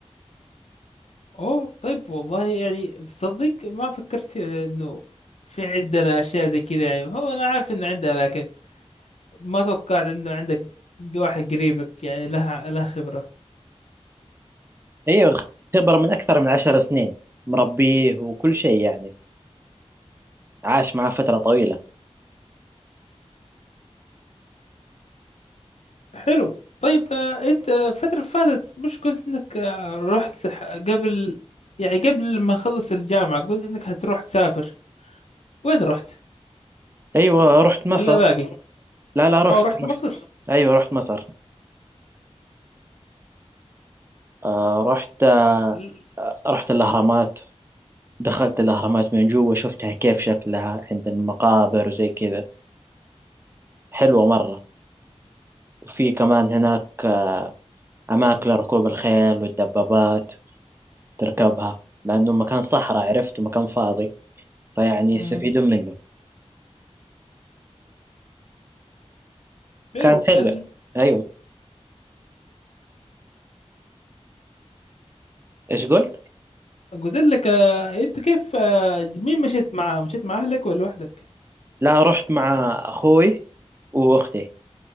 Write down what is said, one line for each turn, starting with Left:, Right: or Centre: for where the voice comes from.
Left: أوه طيب والله يعني صدق ما فكرت في إنه في عندنا أشياء زي كذا يعني هو أنا عارف إن عندنا لكن ما توقعت انه عندك واحد قريبك يعني لها لها خبرة
Right: أيوة خبرة من أكثر من عشر سنين مربيه وكل شيء يعني عاش معاه فترة طويلة
Left: حلو طيب آه، انت الفترة اللي فاتت مش قلت انك آه، رحت ح- قبل يعني قبل ما اخلص الجامعة قلت انك هتروح تسافر وين رحت
Right: أيوة رحت مصر
Left: ولا اه باقي رحت
Right: لا لا رحت
Left: اه أو رحت اه
Right: رحت
Left: مصر رحت
Right: أيوة رحت مصر آه رحت آه،
Left: ل-
Right: رحت الأهرامات دخلت الأهرامات من جوا شفتها كيف شكلها عند المقابر وزي كذا حلوة مرة وفي كمان هناك آه، أماكن لركوب الخيل والدبابات تركبها لأنه مكان صحراء عرفت ومكان فاضي فيعني
Left: مم.
Right: يستفيدون منه
Left: حلو
Right: كان حلو
Left: ال-
Right: أيوه إيش قلت؟
Left: قلت لك آه، انت كيف آه، مين مشيت معاه مشيت مع اهلك ولا لوحدك
Right: لا رحت مع أخوي وأختي